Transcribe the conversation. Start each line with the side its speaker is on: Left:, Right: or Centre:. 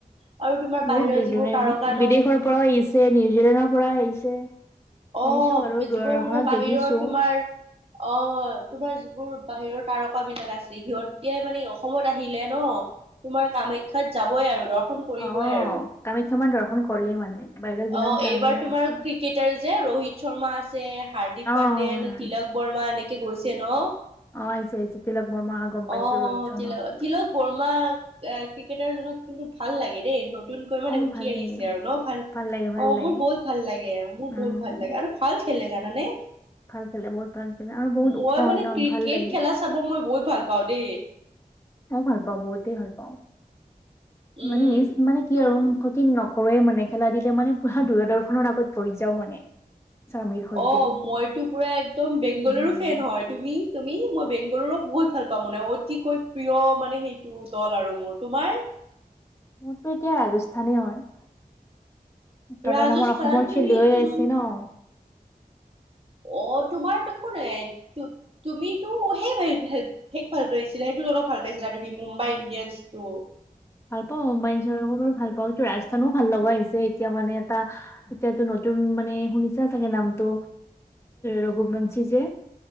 Right: আহে আৰু তোমাৰ
Left: বহুত
Right: বাহিৰৰ
Left: দূৰ
Right: যিবোৰ
Left: দূণ
Right: তাৰকা ন
Left: বিদেশৰ পৰাও আহিছে, নিউজিলেণ্ডৰ পৰাও আহিছে। শুনিছো
Right: অ'যিবোৰ
Left: বাৰু দূৰদৰ্শনত
Right: তোমাৰ বাহিৰৰ
Left: দেখিছো
Right: তোমাৰ অ, তোমাৰ যিবোৰ বাহিৰৰ তাৰকা বিলাক আছে সিহতি মানে অসমত আহিলে ন। তোমাৰ কামাখ্যাত যাবই আৰু নহ।
Left: অ কামাখ্যা মাৰ দৰ্শন কৰে মানে বাহিৰত যিমান
Right: অ
Left: তাৰমানে
Right: এইবাৰ তোমাৰ
Left: আছিল
Right: ক্ৰিকেটাৰ যে ৰোহিত শৰ্মা আছে। হাৰ্দিক
Left: অ
Right: পাণ্ডে
Left: হয়
Right: ন
Left: হয়
Right: তিলক বৰ্মা এনেকে গৈছে ন।
Left: অ আহিছে আহিছে তিলক বৰ্মা অহা গম
Right: অ
Left: পাইছো ৰোহিত শৰ্মা
Right: তিলক
Left: অহা গম
Right: তিলক
Left: পাইছো
Right: বৰ্মা ক্ৰিকেটাৰজনক কিন্তু ভাল লাগে দেই। নতুনকৈ মানে
Left: অ
Right: উঠি
Left: ভাল
Right: আহিছে
Left: লাগে
Right: আৰু ন, ভাল
Left: লাগে ভাল
Right: অ
Left: লাগে
Right: মোৰ বহুত ভাল লাগে আৰু মোৰ।
Left: উম
Right: বহুত ভাল লাগে আৰু ভাল খেললে জানানে।
Left: ভাল খেলে বহুত ভাল খেলে আৰু বহুত
Right: মই
Left: ওখ হয়
Right: মানে
Left: ন
Right: ক্ৰিকেট
Left: ভাল লাগে
Right: খেলা চাব মই বহুত ভাল পাওঁ। দু
Left: মই ভাল পাওঁ বহুতেই ভাল পাওঁ।
Right: উম
Left: মানে মিছ মানে কি
Right: তুম
Left: আৰু মুখ কি নকৰোৱে মানে খেলা দি য়া মানে পোৰা দূৰদৰ্শনৰ আগত বৈ যাও মানে। স্বামীৰ সৈতে
Right: অ মইতো পুৰা একদম বেংগলৰো
Left: উম
Right: ফেন হয় তুমি? ই মই বংগুোৰৰ বহুত ভাল পা মানে অতিকৈ প্ৰিয় মানে সেইটো দল আৰু মোৰ তোমাৰ?
Left: মোৰতো এতিয়া ৰাজস্থানেই হয়। কাৰণ
Right: ৰাজস্থান
Left: আমাৰ অসমৰ
Right: তুমি
Left: খেলুৱৈ
Right: তুম
Left: আছে ন।
Right: অ তোমাৰ তাকো নাই। তুমিতো সেই হেইক ভাল পাইছিলা, সেইটো অলপ ভাল পাইছিলা তুমি মুম্বাই ইণ্ডিয়ানচ। ত <unintelligible>
Left: ভাল পাওঁ মাইন চৰাকো ভাল পাও। টো ৰাজস্থানও ভাল লগা হৈছে এতিয়া মানে, এটা এতিয়াতটো নতুন মানে শুনিছে চাগে নামতো ৰঘুবংশী যে